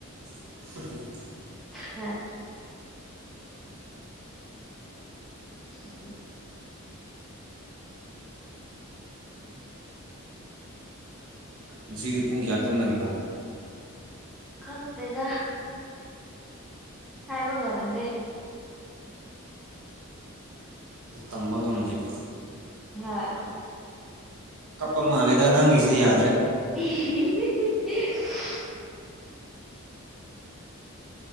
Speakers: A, on the right (about 80°); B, in the centre.
A: <inaudible>
B: ꯍꯥ <unintelligible>
A: ꯉꯥꯁꯤꯗꯤ ꯄꯨꯡ ꯀꯌꯥ ꯇꯨꯝꯒꯅꯤꯕ
B: ꯈꯪꯇꯦꯗ ꯍꯥꯏꯕ ꯉꯝꯗꯦ
A: ꯇꯝꯕ ꯉꯝꯗꯦꯕ
B: ꯍꯥꯏ
A: ꯀꯞꯄ ꯃꯥꯜꯂꯦꯗ ꯅꯪꯒꯤꯁꯤ ꯌꯥꯗ꯭ꯔꯦ
B: <unintelligible> <unintelligible>